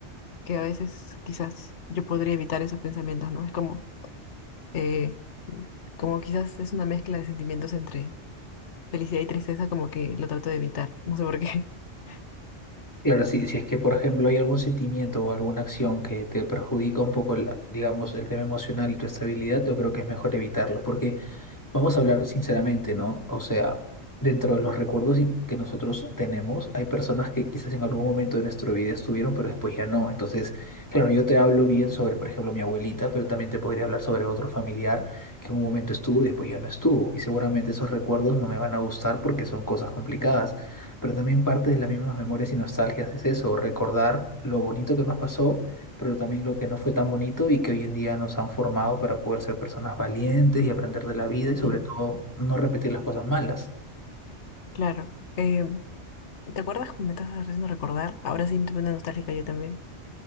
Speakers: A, on the left (about 80°); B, on the left (about 15°).
A: que a veces quizás yo podría evitar esos pensamientos, ¿no? Es como, eh, como quizás es una mezcla de sentimientos entre felicidad y tristeza, como que lo trato de evitar, no sé por qué. <laughs>
B: Claro, si, si es que, por ejemplo, hay algún sentimiento o alguna acción que te perjudica un poco, la- digamos, el tema emocional y tu estabilidad, yo creo que es mejor evitarlo, porque Vamos a hablar sinceramente, ¿no? O sea, dentro de los recuerdos y- que nosotros tenemos, hay personas que quizás en algún momento de nuestra vida estuvieron, pero después ya no. Entonces, claro, yo te hablo bien sobre, por ejemplo, mi abuelita, pero también te podría hablar sobre otro familiar que en un momento estuvo y después ya no estuvo. Y seguramente esos recuerdos no me van a gustar porque son cosas complicadas. Pero también parte de las mismas memorias y nostalgias es eso, recordar lo bonito que nos pasó pero también lo que no fue tan bonito y que hoy en día nos han formado para poder ser personas valientes y aprender de la vida y sobre
A: Y
B: todo no repetir las cosas malas.
A: claro, eh, ¿te acuerdas cómo me estás haciendo recordar? Ahora sí me estoy poniendo nostálgica yo también.